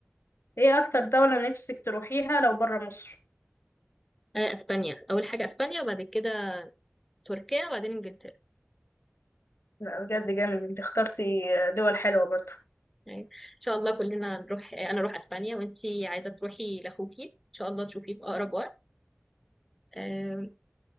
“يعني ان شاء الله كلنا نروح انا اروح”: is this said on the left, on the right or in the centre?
Centre